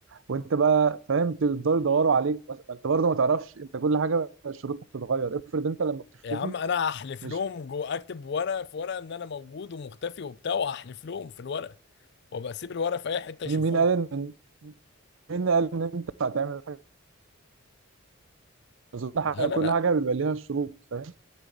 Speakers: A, on the right; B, on the left.
A: وانت بقى فاهم تفضلوا يدوروا عليك بس- ما انت برضه ما تعرفش انت كل حاجه شروطها بتتغير افرض انت لما بتختفي
B: يا عم انا هحلف
A: مش
B: لهم جو اكتب ورقه في ورقه ان انا موجود ومختفي وبتاع وهحلف لهم في الورقه وابقى اسيب الورقه في اي حته يشوفوها
A: مين قال ان مين قال ان انت هتعمل حاجه أظن حاجة-
B: لا لا
A: كل
B: لا
A: حاجه بيبقى ليها شروط فاهم